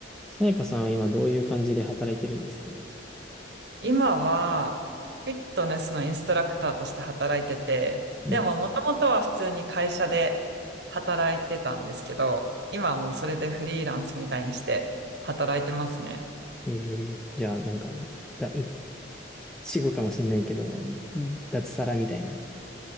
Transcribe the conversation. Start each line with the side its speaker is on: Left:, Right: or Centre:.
Centre: さやかさんは今どういう感じで働いてるんですか
Right: 今は、フィットネスのインストラクターとして働いてて、
Centre: うん。
Right: でも、もともとは普通に会社で働いてたんですけど、今はもうそれでフリーランスみたいにして働いてますね。
Centre: ええじゃあなんか、だ、<laughs> 死後かもしれないけど、脱サラみたいな。